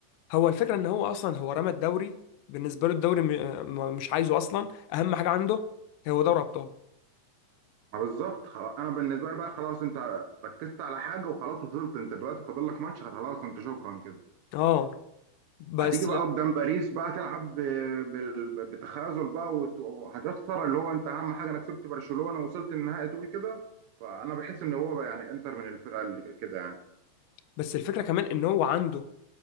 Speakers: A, on the left; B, on the right.
A: هو الفكره ان هو اصلا هو رمى الدوري بالنسبه له الدوري م- م- مش عايزه اصلا اهم حاجه عنده هو دوري ابطال
B: ما بالظبط خلاص انا بالنسبه لي بقى خلاص انت ركزت على حاجه وخلاص وصلت انت دلوقتي فاضل لك ماتش خلاص انت شكرا كده
A: اه بس
B: هتيجي بقى قدام باريس بقى تلعب ب- بال- بتخاذل بقى وت- وهتخسر اللي هو انت اهم حاجه انا كسبت برشلونه وصلت النهائي تقول كده فانا بحس ان هو بقى يعني انتر من الفرقه اللي كده يعني
A: بس الفكره كمان ان هو عنده